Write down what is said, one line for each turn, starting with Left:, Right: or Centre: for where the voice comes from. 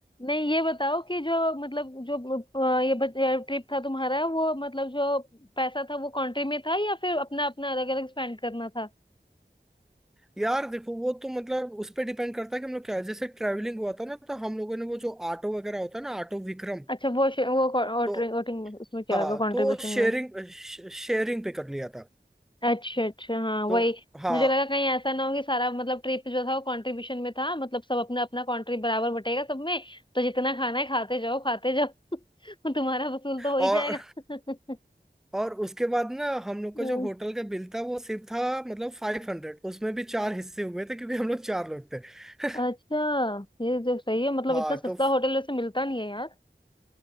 Left: नहीं ये बताओ कि जो मतलब जो अ, ये ट्रिप था तुम्हारा वो मतलब जो पैसा था वो कंट्री में था या फिर अपना अपना अलग अलग स्पेंड करना था
Centre: यार देखो वो तो मतलब उस पर डिपेंड करता है कि हम लोग क्या है जैसे ट्रैवलिंग हुआ था ना तो हम लोगों ने वो जो ऑटो वगैरह होता है ना ऑटो विक्रम
Left: अच्छा वो शे- वो
Centre: तो
Left: वोटिंग उसमें क्या
Centre: हाँ
Left: होगा कंट्रीब्यूशन
Centre: तो शेयरिंग
Left: में
Centre: शेयरिंग पे कर लिया था
Left: अच्छा अच्छा हाँ
Centre: तो
Left: वही
Centre: हाँ
Left: मुझे लगा कहीं ऐसा ना हो कि सारा मतलब ट्रिप जो था वो कंट्रीब्यूशन में था मतलब सब अपना अपना कंट्रीब्यूट बराबर बटेगा सब में तो जितना खाना है खाते जाओ खाते जाओ <laughs> तुम्हारा वसूल तो हो ही
Centre: और
Left: जाएगा <laughs>
Centre: और उसके बाद ना हम लोग का
Left: हम्म,
Centre: जो होटल का बिल था वो सिर्फ था मतलब फाइव हंड्रेड उसमें भी चार हिस्से हुए थे क्योंकि हम लोग चार लोग थे <laughs>
Left: अच्छा ये जो सही है मतलब
Centre: हाँ
Left: इतना सस्ता
Centre: तो
Left: होटल वैसे मिलता नहीं है यार